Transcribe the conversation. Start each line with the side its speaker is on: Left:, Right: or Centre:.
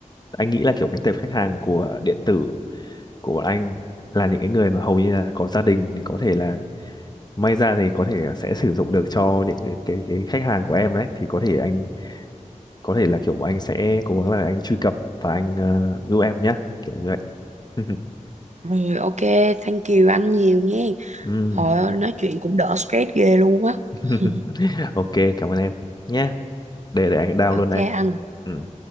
Left: anh nghĩ là kiểu cái tệp khách hàng của điện tử của bọn anh là những cái người mà hầu như là có gia đình thì có thể là may ra thì có thể sẽ sử dụng được cho những cái cái, cái khách hàng của em đấy thì có thể anh có thể là kiểu anh sẽ cố gắng là anh truy cập và anh ờ, giúp em nhá kiểu như vậy <laughs>
Right: Rồi ok, thank you anh nhiều nha.
Left: Ừm.
Right: Thôi nói chuyện cũng đỡ stress ghê luôn á.
Left: <laughs>
Right: <laughs>
Left: ok cảm ơn em nhé để để anh down luôn
Right: Ok
Left: đây
Right: anh.
Left: Ừ.